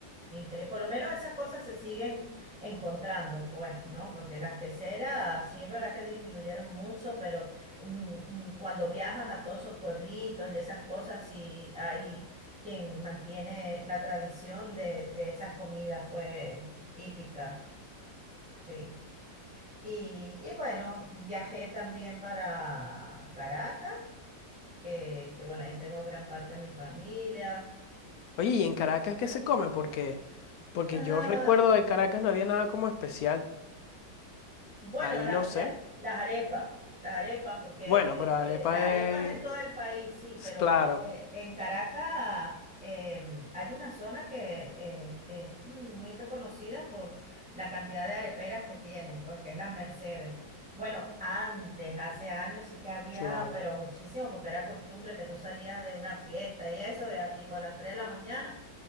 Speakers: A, in the centre; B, on the left.
A: Increíble. Por lo menos esas cosas se siguen encontrando, pues, ¿no? Porque las queseras sí es verdad que disminuyeron mucho, pero mm, mm, cuando viajas a todos esos pueblitos y esas cosas, sí hay quien mantiene la tradición de, de esas comidas, pues, típicas, sí. Y, y bueno, viajé también para Caracas, eh, que bueno, ahí tengo gran parte de mi familia.
B: Oye, ¿y en Caracas qué se come? Porque, porque
A: <laughs>
B: yo recuerdo de Caracas no había nada como especial.
A: Bueno,
B: Ahí
A: la-
B: no sé.
A: la- las arepas, las arepas, porque
B: Bueno,
A: eh,
B: pero arepa
A: eh, las arepas
B: es,
A: en
B: eh,
A: todo el país, sí, pero
B: claro,
A: eh, en Caracas eh, hay una zona que eh, es muy reconocida por la cantidad de areperas que tienen, pues que es las Mercedes. Bueno, antes, hace años sí que había,
B: claro.
A: pero muchísimo, porque era costumbre que tú salías de una fiesta y eso, ya tipo a las 3 de la mañana.